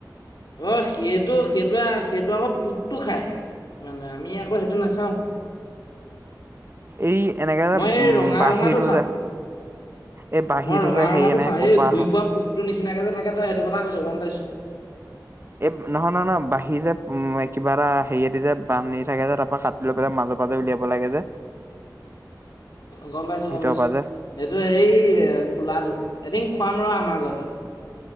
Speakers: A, on the left; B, on the right.
A: অ', সেইটো, সেইটোৱে, সেইটো আকৌ পোকটো খায় ইমানে আমি আকৌ সেইটো নাখাওঁ।
B: এই, এনেকে যে,
A: মই এই
B: উম,
A: ৰঙা
B: বাহিৰটো
A: ৰঙাটো খাওঁ।
B: যে এই বাঁহীটো
A: মই ৰঙা,
B: যে হেৰি
A: ৰঙাটো
B: এনে
A: খাওঁ
B: কপাহ
A: এই ঘূৰি ফুৰা পোকটো নিচিনাকে যে, থাকে তই সেইটো কথা কৈছ গম পাইছোঁ।
B: এই নহয়, নহয়, নহয় বাহি যে, উম, কিবা এটা হেৰিয়েদি যে, বান্ধি থাকে যে, তাৰ পৰা কাটি লৈ পেলাই মাজৰ পৰাজে উলিয়াব লাগে যে
A: গম পাইছোঁ,
B: ভিতৰৰ
A: গম পাইছোঁ
B: পৰা যে
A: সেইটো, সেই খোলাটো এদিন খোৱাম ৰ, আমাৰ ঘৰতে।